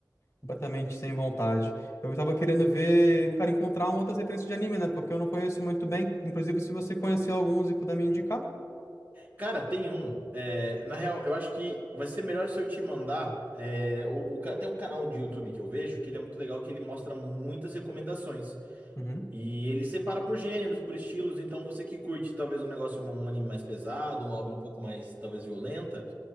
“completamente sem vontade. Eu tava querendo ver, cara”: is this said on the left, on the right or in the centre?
Left